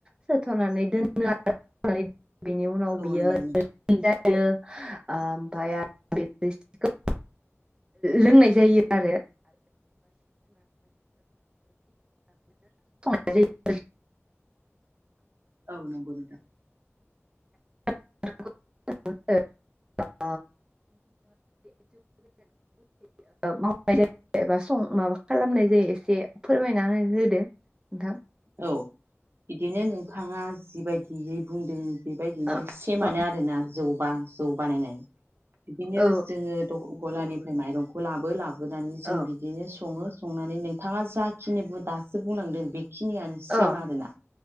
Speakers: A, on the right; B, on the right.
A: सोथनानै दोनो आरो बेनि उनाव
B: औ
A: बियो
B: नंगौ नोंथां
A: जायो ओमफ्राय आरो बिनि रोसिखौ लोंनाय जायो आरो <unintelligible> <unintelligible>
B: औ नंगौ नोंथां
A: <unintelligible> <unintelligible> मावनाय जायो एबा सं माबा खालामनाय जायो एसे फोरमायना होदो नोंथां
B: औ बिदिनो नोंथाङा जिबायदियै बुंदों बेबायदिनो
A: औ
B: सेमानो
A: औ
B: आरोना जौबा जौ बानायनाय बिदिनो
A: औ
B: जोङो गलानिफ्राय माइरंखौ लाबो लाबोनानै जों
A: औ
B: बिदिनो सङो संनानै नोंथाङा जा खिनिखौ दासो बुंलांदों बेखिनियानो सेम
A: औ
B: आरोना